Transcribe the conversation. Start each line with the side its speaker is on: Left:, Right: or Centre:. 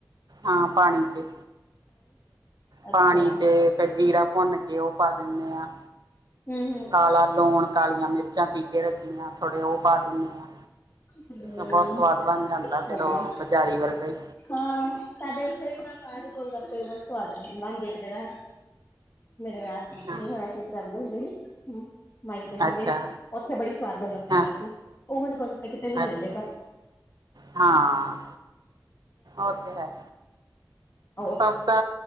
Right: ਹਾਂ। ਪਾਣੀ'ਚ
Left: ਅੱਛਾ
Right: ਪਾਣੀ'ਚ ਫੇਰ ਜੀਰਾ ਭੁੰਨ ਕੇ, ਉਹ ਪਾ ਦਿੰਨੇ ਆ।
Left: ਹਮ ਹਮ
Right: ਕਾਲਾ ਲੂਣ, ਕਾਲੀਆਂ ਮਿਰਚਾਂ ਪੀਹਕੇ ਰੱਖੀਆਂ, ਥੋੜੇ ਉਹ ਪਾ ਦਿੰਨੇ ਆ।
Left: ਹਮ
Right: ਬਹੁਤ ਸਵਾਦ ਬਣ ਜਾਂਦਾ ਫੇਰ,
Left: ਓਪਰਾ
Right: ਉਹ ਬਾਜ਼ਾਰੀ ਵਰਗਾ ਹੀ।
Left: ਹਾਂ। ਸਾਡੇ ਓਥੇ ਵੀ ਨਾ, ਬਾਹਰ ਗੋਲਗੱਪੇ ਬਹੁਤ ਸਵਾਦ ਬਨਦੇ ਹੈ। ਮੇਰੇ ਵਿਆਹ'ਚ ਆਈ
Right: ਹਾਂ
Left: ਹੋਇਆਂ ਜਿੱਥੇ ਰਹਿੰਦੇ ਹੁੰਦੇ ਸੀ। ਹੂੰ ਮਾਇਕੇ ਸਾਡੇ
Right: ਅੱਛਾ
Left: ਉੱਥੇ ਬੜੀ ਸਵਾਦ ਗੋਲ ਗੱਪੇ
Right: ਹਾਂ
Left: ਮਿਲਦੇ ਉਹ ਵਾਲੇ, ਗੋਲਗੱਪੇ ਕਿਤੇ ਨਹੀਂ ਮਿਲਦੇ
Right: ਅੱਛਾ
Left: ਪਰ,
Right: ਹਾਂ। ਉਹ ਤੇ ਹੈ
Left: ਹੂੰ।
Right: ਸਭ ਦਾ